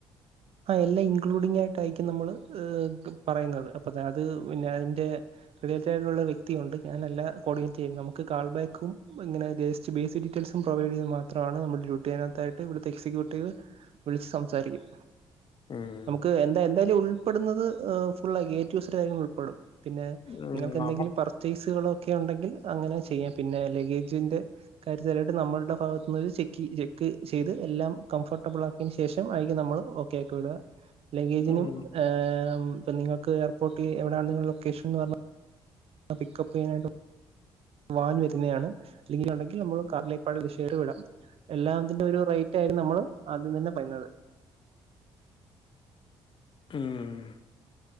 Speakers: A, on the right (about 45°); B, on the left (about 35°).
A: ആഹ് എല്ലാം ഇൻക്ലൂഡിംങ്ങായിട്ടായിരിക്കും നമ്മള് ഏഹ് പറയുന്നത് അപ്പൊ അതുപിന്നെയതിന്റെ റിലേറ്ററായിട്ടുള്ള വ്യക്തിയുണ്ട്. ഞാനല്ലാ കോർഡിനേറ്റുചെയ്യുന്നത് നമുക്ക് കാൾബാക്കും ഇങ്ങനെ ബേസ് കുറച്ച് ബേസിക് ഡീറ്റെയിൽസുംപ്രൊവൈഡുചെയ്തു മാത്രമാണ് നമ്മുടെ ഡ്യൂട്ടിയുടേതിനായിട്ട് ഇവിടുത്തെ എക്സിക്യൂ ക്യൂട്ടീവ്‌, വിളിച്ചുസംസാരിക്കും.
B: ഉം.
A: നമുക്ക് എന്താ എന്തായാലും ഉൾ ഉൾപ്പെടുന്നത് ഫുൾഏറ്റു ഇസഡ് കാര്യങ്ങൾ ഉൾപ്പെടും. പിന്നെ
B: ഉം
A: നിങ്ങൾക്കെന്തെങ്കിലും
B: നമ
A: പർ പർചേസുകളൊക്കെ യുണ്ടെങ്കിൽ അങ്ങനെ ചെയ്യാം. പിന്നെ ലഗേജിന്റെ കാര്യത്തിലായിട്ട് നമ്മളുടെ ഭാഗത്തുനിന്ന് ചെക്ക്, ചെക്ക് ചെയ്ത് എല്ലാം.. കംഫർട്ടബിൾ ആക്കിയതിനുശേഷം ആയിരിക്കും നമ്മള്ഓക്കെയാക്കി വിടുക. ലഗേജിനും
B: ഉം
A: ഏ... ഇപ്പൊ നിങ്ങൾക്ക് എയർപോർട്ടിൽഎവിടാണ് നിങ്ങളുടെലൊക്കേഷനെന്നുപറഞ്ഞാ ആ പിക്കപ്പ്ചെയ്യാനായിട്ടും വാൻ വരുന്നതാണ് അല്ലെങ്കിൽ <unintelligible> ഇതിന്റെ ഒരു റേറ്റായിരുന്നു നമ്മള് ആദ്യം തന്നെപറഞ്ഞത്.
B: ഉം..